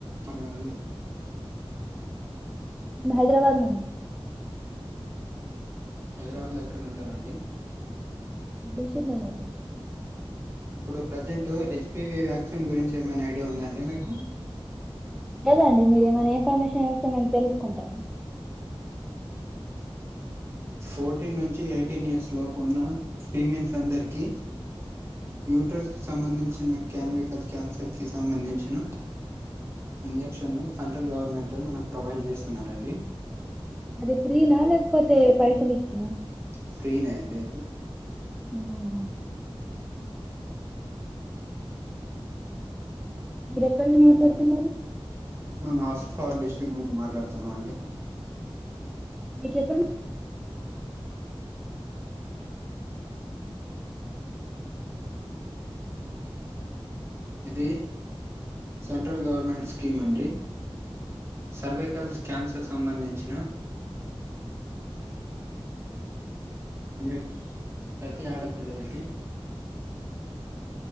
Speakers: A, on the right; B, in the centre.
A: కొన్నారండి
B: హైద్రాబాద్ నుండి
A: హైద్రాబాద్ లో ఎక్కడ ఉంటారండి,
B: దిల్‍సుఖ్‍నగర్ రా
A: ఇప్పుడు ప్రజెంట్ హెచ్పివి వ్యాక్సిన్ గురించి ఏమైనా ఐడియా ఉందా అండి మీకు
B: లేదండి మీరు ఏమైన ఇన్ఫర్మేషన్ న్ ఇస్తే తెలుసుకుంటామ్
A: ఫోర్టీన్ నుంచి ఎయిటీన్ ఇయర్స్ లోపు ఉన్న ఫీమెల్స్ అందరికిీ యూటర్స్ కి సంబంధి చ్చిన క్యాన్వికల్ క్యాన్సర్ కి సంబంధించిన ఇంజెక్షన్లు సెంట్రల్ గవర్నమెంట్ మనక్ ప్రొవైడ్ చేస్తున్నారండి
B: అది ఫ్రీనా లేక్ పోతే పైసల్ లిచ్చినా
A: ఫ్రీనే అండి ఎకు
B: అవునా మీరు ఎక్కడి నుంచి మాట్లాడుతున్నారు
A: మనం ఆసిఫాబాద్ డిస్ట్రిక్ట్ నుంచి మాట్లాడుతున్ చనవండి
B: మీకెక్కడ ను
A: ఇది సెంట్రల్ గవర్నమెంట్ స్కీమ్ అండి. సర్వైకల్ క్యాన్సర్ సంబంధించిన, ఇంజక్ ప్రతి ఆడపిల్లలకి.